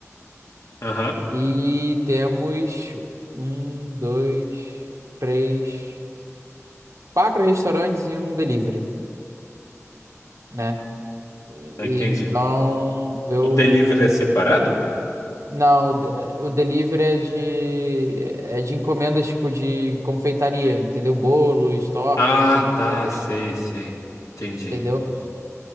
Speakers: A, on the left (about 80°); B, on the right (about 70°).
A: Aham,
B: E temos um, dois, três, quatro restaurantes e um delivery, né? E-
A: entendi.
B: e então eu
A: O delivery é separado?
B: Não, o de- o delivery é de, é de encomendas tipo de confeitaria, entendeu? Bolos, tortas,
A: Ah,
B: sobremesas,
A: tá, sei, sei. Entendi.
B: entendeu?